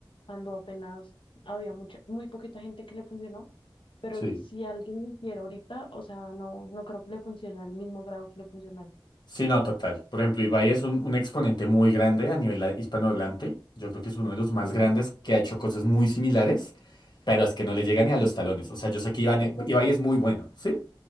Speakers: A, on the left; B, on the left.
A: cuando apenas había mucha, muy poquita gente que le funcionó, pero
B: Sí.
A: si alguien lo hiciera ahorita, o sea, no, no creo que le funcione al mismo grado que le funciona.
B: Sí, no, total. Por ejemplo, Ibai es un, un exponente muy grande a nivel ah, hispanohablante. Yo creo que es uno de los más
A: Bien,
B: grandes que ha hecho cosas muy similares, pero es que no le llega ni a los
A: sí,
B: talones. O sea, yo sé que Iván-
A: exacto.
B: Ibai es muy bueno, ¿sí?